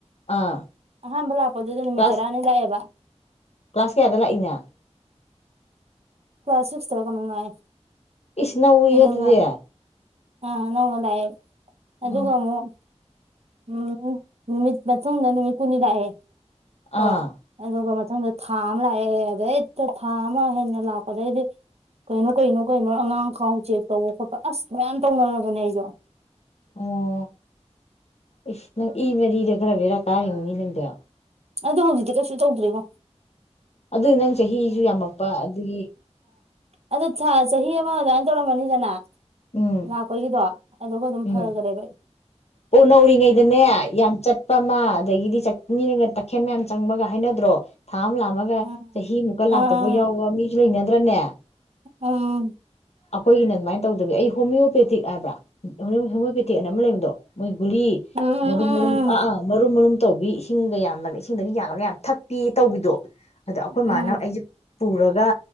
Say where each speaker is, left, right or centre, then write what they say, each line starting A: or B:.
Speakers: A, on the left (about 65°); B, on the right (about 60°).
A: ꯑꯥ
B: ꯑꯍꯥꯟꯕ ꯂꯥꯛ ꯑꯗꯨꯗ ꯅꯨꯃꯤꯠ
A: ꯀ꯭ꯂꯥꯁ
B: ꯇꯔꯥꯅꯤ ꯂꯥꯛꯑꯦꯕ꯫
A: ꯀ꯭ꯂꯥꯁ ꯀꯌꯥꯗ ꯂꯥꯛꯏ <unintelligible>
B: ꯀ꯭ꯂꯥꯁ ꯁꯤꯛꯁꯇꯔ ꯀꯩꯅꯣꯝ ꯂꯥꯛꯑꯦ꯫
A: ꯏꯁ ꯅꯧꯢꯑꯦ
B: ꯑꯗꯨꯒ
A: ꯑꯗꯨꯗꯤ꯫
B: ꯑꯥ ꯅꯧꯅ ꯂꯥꯛꯑꯦ
A: ꯎꯝ
B: ꯑꯗꯨꯒ ꯑꯃꯨꯛ ꯎꯝ ꯅꯨꯃꯤꯠ ꯃꯇꯨꯡꯗ ꯅꯨꯃꯤꯠ ꯀꯨꯟꯅꯤ ꯂꯥꯛꯑꯦ꯫ ꯀꯣ
A: ꯑꯥ
B: ꯑꯗꯨꯒ ꯃꯊꯪꯗ ꯊꯥ ꯑꯃ ꯂꯥꯛꯑꯦ ꯑꯗꯩ ꯍꯦꯛꯇ ꯊꯥ ꯑꯃ ꯍꯦꯟꯅ ꯂꯥꯛꯄꯗꯩꯗꯤ ꯀꯩꯅꯣ ꯀꯩꯅꯣ ꯀꯩꯅꯣ ꯑꯉꯥꯡꯈꯥꯎ ꯆꯦꯛ ꯇꯧꯕ ꯈꯣꯠꯄ ꯑꯁ ꯃꯌꯥꯝ ꯇꯧꯅꯔꯕꯅꯦ ꯑꯩꯖꯨ꯫
A: ꯑꯣ ꯏꯁ ꯅꯪ ꯏꯃꯔꯤꯗ ꯈꯔ ꯕꯦꯔꯥ ꯀꯥꯔꯤꯃꯤꯅꯤ ꯅꯪꯗꯣ꯫
B: ꯑꯗꯣ ꯍꯧꯖꯤꯛꯇꯤ ꯀꯩꯁꯨ ꯇꯧꯗ꯭ꯔꯦꯉꯣ꯫
A: ꯑꯗꯨꯏ ꯅꯪ ꯆꯍꯤꯁꯨ ꯌꯥꯝꯃꯛꯄ ꯑꯗꯨꯒꯤ
B: ꯑꯗꯨ ꯊꯥ ꯆꯍꯤ ꯑꯃ ꯑꯗꯨꯃꯥꯏ ꯇꯧꯔꯝꯃꯅꯤꯗꯅ
A: ꯎꯝ
B: ꯂꯥꯛꯄꯒꯤꯗꯣ ꯑꯗꯨꯒ ꯑꯗꯨꯝ
A: ꯎꯝ
B: ꯐꯒꯔꯦꯕ ꯑꯩ꯫
A: ꯑꯣ ꯅꯧꯔꯤꯉꯩꯗꯅꯦ ꯌꯥꯝ ꯆꯠꯄ ꯑꯃ ꯑꯗꯒꯤꯗꯤ ꯃꯌꯥꯝ ꯆꯪꯕꯒ ꯍꯥꯏꯅꯗ꯭ꯔꯣ꯫ ꯊꯥ ꯑꯃ ꯂꯥꯛꯃꯒ
B: ꯎꯝ
A: ꯆꯍꯤꯃꯨꯛꯀꯥ ꯂꯥꯛꯇꯕ
B: ꯑꯥ
A: ꯌꯥꯎꯕ ꯃꯤ ꯂꯩꯅꯗ꯭ꯔꯅꯦ꯫
B: ꯎꯝ꯫
A: ꯑꯩꯈꯣꯏꯒꯤꯅ ꯑꯗꯨꯃꯥꯏ ꯇꯧꯗꯕꯤ ꯑꯩ ꯍꯣꯃꯤꯌꯣꯄꯦꯇꯤꯛ ꯍꯥꯏꯕ꯭ꯔꯥ ꯍꯣꯃꯤꯌꯣꯄꯦꯇꯤꯛꯅ ꯑꯃ ꯂꯩꯕꯗꯣ꯫ <unintelligible> ꯒꯨꯂꯤ
B: ꯎꯝ
A: ꯃꯔꯨꯝ
B: ꯎꯝ
A: ꯃꯔꯨꯝ ꯑꯥ ꯑꯥ ꯃꯔꯨꯝ ꯃꯔꯨꯝ ꯇꯧꯕꯤ ꯏꯁꯤꯡꯒ ꯌꯥꯝꯅ ꯏꯁꯤꯡꯗꯒ ꯌꯥꯜꯂꯒ ꯌꯥꯝ ꯊꯛꯄꯤ ꯇꯧꯕꯤꯗꯣ ꯑꯗꯣ ꯑꯩꯈꯣꯏ
B: ꯎꯝ
A: ꯃꯥꯅꯕ ꯑꯩꯖꯦ ꯄꯨꯔꯒ